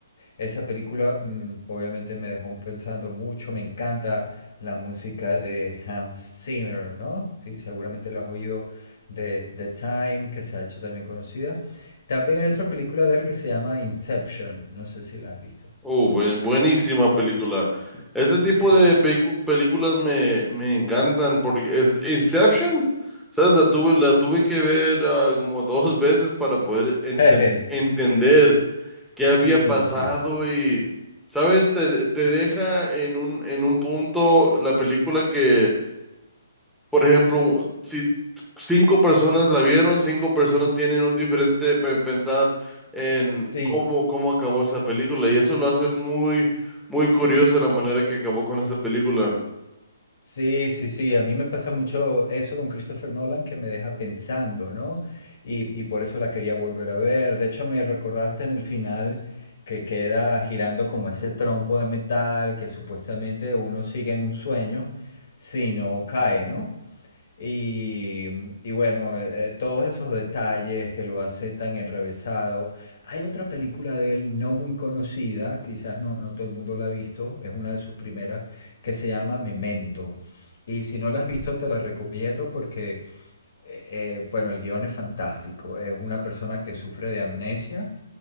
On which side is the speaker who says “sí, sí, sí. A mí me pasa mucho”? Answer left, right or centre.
Left